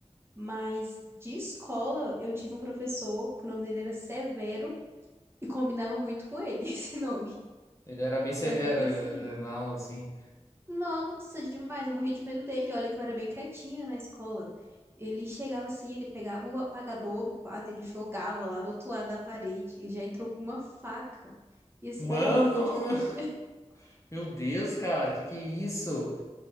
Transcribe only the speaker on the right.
mas de escola eu tive um professor que o nome dele era Severo e combinava muito com ele <laughs> esse nome.
É, e
assim,
Nossa, demais, eu morria de medo dele. Olha que eu era bem quietinha na escola. Ele chegava assim, ele pegava o apagador do quadro, ele jogava lá do outro lado da parede e já entrou com uma faca. E assim,
era muito difícil.